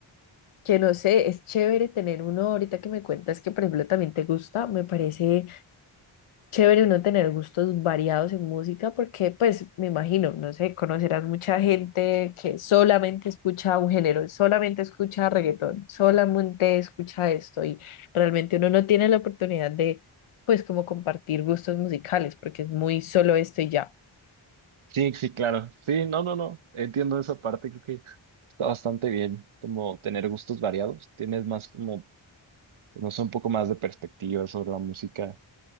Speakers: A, on the left; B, on the right.
A: que no sé, es chévere tener uno, ahorita que me cuentas que, por ejemplo, también te gusta, me parece chévere uno tener gustos variados en música porque, pues, me imagino, no sé, conocerás mucha gente que solamente escucha un género, solamente escucha reggaetón, solamente escucha esto y realmente uno no tiene la oportunidad de, pues, como compartir gustos musicales porque es muy solo esto y ya.
B: sí, sí, claro. Sí, no, no, no. Entiendo esa parte. Creo que está bastante bien como tener gustos variados. Tienes más como, no sé, un poco más de perspectiva sobre la música